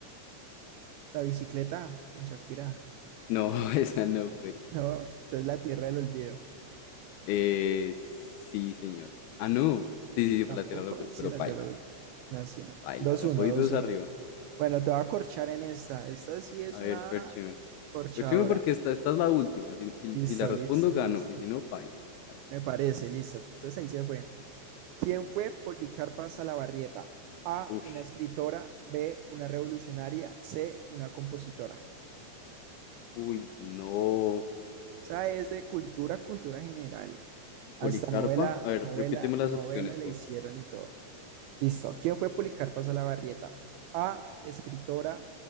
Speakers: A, on the right; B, on the left.
A: La bicicleta con Shakira.
B: No, <laughs> esa no fue.
A: No, entonces la Tierra del Olvido.
B: Eh, sí, señor. Ah, no. Sí, sí, sí, fue
A: Tampoco,
B: lateral olvidó,
A: sí,
B: pero
A: la
B: baila,
A: Tierra del
B: baila,
A: Olvido. No, sí, no.
B: baila.
A: dos uno
B: Voy
A: dos
B: dos
A: uno
B: arriba.
A: Bueno, te voy a corchar en esta. Esta sí es
B: A
A: una
B: ver, córcheme.
A: corchadora.
B: Córcheme porque esta, esta es la última. Si, si-
A: Listo,
B: si la respondo,
A: listo,
B: gano.
A: listo.
B: Y si no, baila, gano.
A: Me parece, listo. Entonces ahí se fue. ¿Quién fue Policarpa Salabarrieta? A,
B: Ush.
A: una escritora, B, una revolucionaria, C, una compositora.
B: Uy, no.
A: O sea, es de cultura, cultura general. Hasta
B: Policarpa.
A: novela,
B: A ver,
A: novela,
B: repíteme las
A: novela
B: opciones,
A: le
B: por
A: hicieron
B: favor.
A: y todo. Listo. ¿Quién fue Policarpa Salabarrieta? A, escritora,